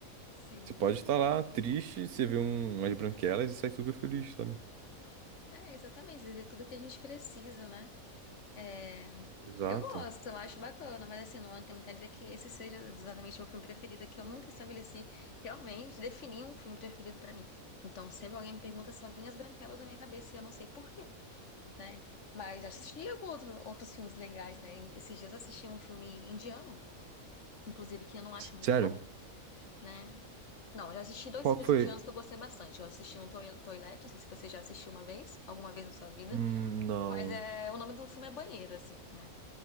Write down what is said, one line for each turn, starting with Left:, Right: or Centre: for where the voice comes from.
Left: Sim.
Right: Você pode estar lá triste, você vê um, umas branquelas e sai super feliz, sabe?
Left: É, exatamente. É tudo que a gente precisa, né? É,
Right: Exato.
Left: eu gosto, eu acho bacana, mas assim, não, não quer dizer que esse seja exatamente o meu filme preferido, é que eu nunca estabeleci realmente, defini um filme preferido pra mim. Então, sempre alguém me pergunta, só vem As Branquelas na minha cabeça e eu não sei por quê, né? Mas assisti algum outro- outros filmes legais, né? Esses dias eu assisti um filme indiano, inclusive que eu não acho muito
Right: Sério?
Left: bom, né? Não, eu já assisti dois
Right: Qual
Left: filmes
Right: que foi?
Left: indianos que eu gostei bastante. Eu assisti um Toi- Toilet, não sei se você já assistiu uma vez, alguma vez na sua vida,
Right: Hum, não.
Left: mas é, o nome do filme é Banheiro, assim, né?